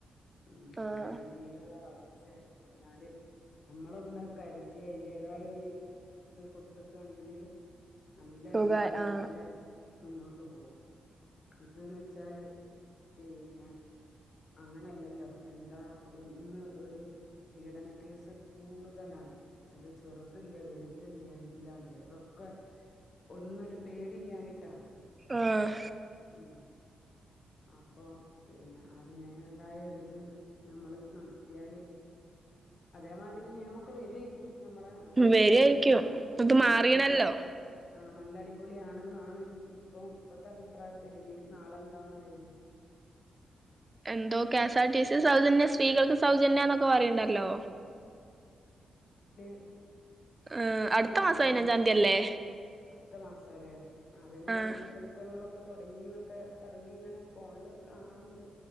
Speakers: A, on the left; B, on the right.
A: ഇം
B: ആഹ്
A: ആ രീതിയില് ള്ള വളർച്ച അതിനാല് നമ്മളൊന്ന് കരുതി അതിന്റതായ ഒരു ഇത് കൊടുത്തേക്കാണെങ്കില് നല്ല
B: സുഖായി
A: രീതീല്
B: ആഹ്
A: നല്ല ആ മുന്നോട്ട് പോവും. ഇത് ന്ന് വെച്ചാല് പിന്ന അങ്ങനല്ലല്ലോ എന്താ ഒരു ഇന്ന് ഒരു പീഡന കേസ് കൂടുതലാണ് അത് ചെറുതില്ല വലുതില്ല എല്ലാം ഇല്ലാ അതോ ക്കെ ഒന്നൊരു പേടി ല്ലാഞ്ഞിട്ടാണ്
B: ആഹ്
A: ഉം അപ്പൊ പിന്നെ അതിനേതായൊരു ഇത് നമ്മള് നടത്തിയാല് അതേമാതിരി നിയമൊക്കെ വരേക്കും നമ്മളെ മുഖ്യമന്ത്രി
B: വരായിരിക്കും
A: നല്ല
B: ഇത്
A: ആഹ്
B: മാറീണല്ലോ
A: നല്ല ആ നല്ലടിപൊളിയാണ്ന്നാണ് ഇപ്പം ഇപ്പത്തെ അഭിപ്രായത്തില് ഇനി നാളെന്താന്ന് റീല
B: എന്തോ കെഎസ് ആർ ടി സി സൗജന്യം സ്ത്രീകൾക്ക് സൗജന്യാന്നൊക്കെ പറയ്ണ്ടല്ലോ
A: <inaudible>
B: ആഹ് അടുത്ത
A: വരുല്ലെങ്കിൽ
B: മാസം പതിനഞ്ചാം തീയതിയല്ലേ
A: അടുത്ത മാസാലേ അതിനുള്ള
B: ആഹ്
A: മുന്നൊ ഒരുക്കങ്ങളൊ ക്കെ തുടങ്ങിന്നൊക്കെ പറഞ്ഞിങ്ങനെ ഫോൺല് കാണാറുണ്ട്